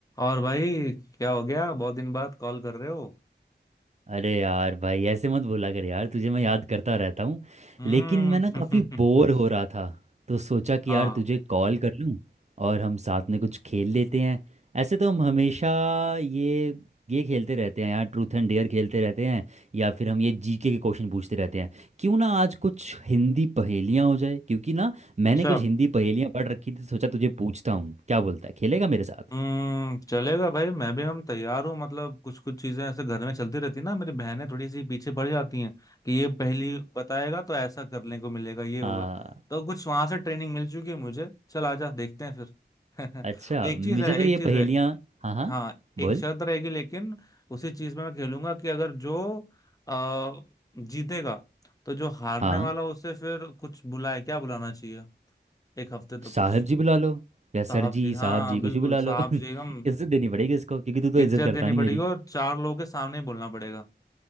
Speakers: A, on the left; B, on the right.
A: और भाई क्या हो गया बहुत दिन बाद कॉल कर रहे हो
B: अरे यार भाई ऐसे मत बोला कर यार तुझे मैं याद करता रहता हूँ
A: हम्म
B: लेकिन मैं ना काफ़ी बोर
A: <laughs>
B: हो रहा था तो सोचा कि
A: हाँ
B: यार तुझे कॉल कर लूँ और हम साथ में कुछ खेल लेते हैं ऐसे तो हम हमेशा ये ये खेलते रहते हैं यार ट्रूथ एंड डेयर खेलते रहते हैं या फिर हम ये जीके के क्वेश्चन पूछते रहते हैं क्यों ना आज कुछ हिंदी पहेलियाँ हो जाए क्योंकि ना मैंने
A: अच्छा
B: कुछ हिंदी पहेलियाँ पढ़ रखी थी सोचा तुझे पूछता हूँ क्या बोलता है खेलेगा मेरे साथ
A: हम्म चलेगा भाई मैं भी हम तैयार हूँ मतलब कुछ कुछ चीजें ऐसे घर में चलती रहती ना मेरी बहनें थोड़ी सी पीछे पड़ जाती हैं कि ये पहली बताएगा तो ऐसा करने को मिलेगा ये होगा
B: हाँ
A: तो कुछ वहां से ट्रेनिंग मिल चुकी है मुझे चल आजा देखते हैं फिर
B: अच्छा
A: <laughs> एक
B: मुझे
A: चीज है
B: तो
A: एक
B: ये
A: चीज
B: पहेलियाँ
A: है
B: हाँ हाँ
A: हाँ एक
B: बोल
A: शर्त रहेगी लेकिन उसी चीज में मैं खेलूंगा कि अगर जो आ, जीतेगा तो जो हारने
B: हाँ
A: वाला उसे फिर कुछ बुलाए क्या बुलाना चाहिए एक हफ्ते तक कुछ
B: साहब जी बुला लो या सर
A: साहब
B: जी
A: जी
B: साहब
A: हाँ
B: जी
A: बिल्कुल
B: कुछ भी बुला लो
A: साहब
B: <laughs>
A: जी हम
B: इज्जत देनी पड़ेगी इसको क्योंकि तू तो
A: इज्जत
B: इज्जत करता
A: देनी
B: नहीं
A: पड़ेगी
B: मेरी
A: और चार लोगों के सामने ही बोलना पड़ेगा